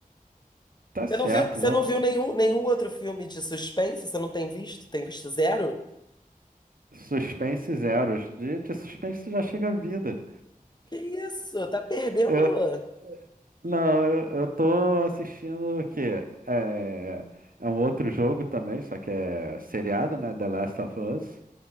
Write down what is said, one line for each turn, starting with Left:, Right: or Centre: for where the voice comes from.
Right: tá certo.
Left: Você não viu, você
Right: Vamos...
Left: não viu nenhum, nenhum outro filme de suspense? Você não tem visto? Tem visto zero?
Right: Suspense zeros. De, de suspense já chega a vida.
Left: Que isso? Tá perdendo.
Right: Eu, não, eu, eu tô assistindo o quê? É, é um outro jogo também, só que é seriado, né? The Last of Us,